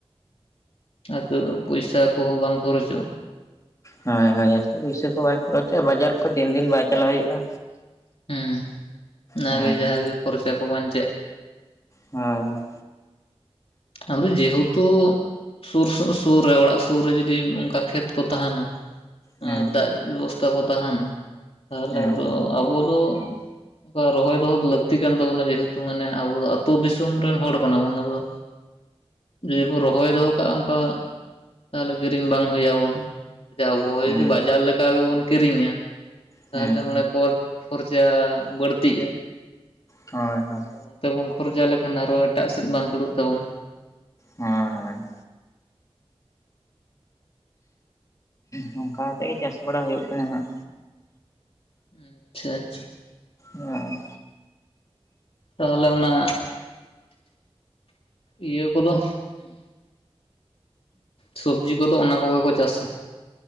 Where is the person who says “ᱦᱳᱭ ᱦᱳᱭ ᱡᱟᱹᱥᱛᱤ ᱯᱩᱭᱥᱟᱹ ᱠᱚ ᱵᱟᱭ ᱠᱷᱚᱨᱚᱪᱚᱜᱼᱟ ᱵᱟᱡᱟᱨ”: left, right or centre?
Left